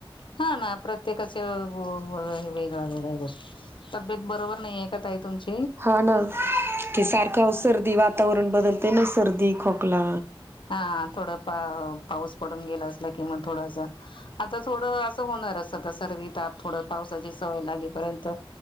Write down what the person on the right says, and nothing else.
हा ना ते सारखं सर्दी वातावरण बदलते ना. सर्दी खोकला.